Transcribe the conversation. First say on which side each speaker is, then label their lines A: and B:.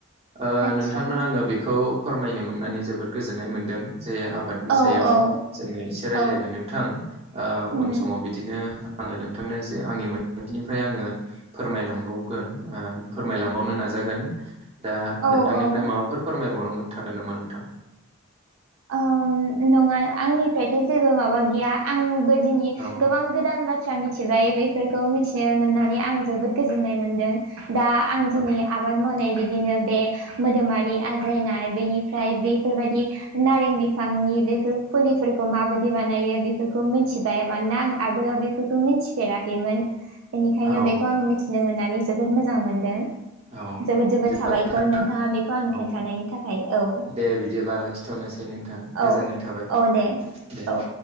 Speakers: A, on the right (about 30°); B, on the right (about 70°).
A: ओ
B: आतसा
A: नोंथांनो आङो बेखौ। फोरमायनो मोननानै जोबोद गोजोननाय मोनदों जे आबाद बिनि
B: औ
A: सायाव
B: औ
A: जोङो एसे रायलायबाय
B: औ
A: नोंथां
B: उम
A: उन समाव बिदिनो आङो नोंथांनो जे आंनि मोनथिनिफ्राय आङो फोरमायलां ओ फोरमायलांबावनो नाजागोन दा
B: औ
A: नोंथांनिफ्राय
B: औ
A: माबाफोर फोरमायबावनांगौ थागोन नामा नोंथां?
B: ओ नङा आंनिफ्रायथ' जेबो माबा गैया आंबो दिनै
A: औ
B: गोबां गोदान बाथ्रा मिथिबाय बेफोरखौ मिथिनो मोननानै आं जोबोद गोजोननाय मोनदों। दा आं
A: औ
B: दिनै आबाद मावनाय बिदिनो बे मोदोमारि आजायनाय बेनि फाय बेफोरबादि नारें बिफांनि बेफोर फुलिफोरखौ माबायदि बानायो बेफोरखौ मिथिबाय मानोना आं आगोलाव बेफोरखौ मिथिफेराखैमोन। बेनिखायनो
A: औ
B: बेखौ आं मिथिनो मोननानै जोबोद मोजां मोनदों।
A: औ
B: जोबोद जोबोद
A: बिदिब्ला
B: साबायखर
A: नोंथां
B: नोंथाङा बेखौ आंनो
A: औ
B: खिन्थानायनि थाखाय औ।
A: दे बिदिबा लाखिथ'नोसै नोंथां
B: औ
A: गोजोननाय थाबाय
B: औ दे
A: दे।
B: औ